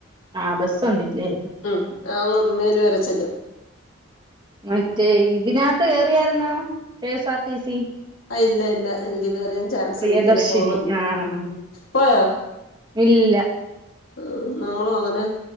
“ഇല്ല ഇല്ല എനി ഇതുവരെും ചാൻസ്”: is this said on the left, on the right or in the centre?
Left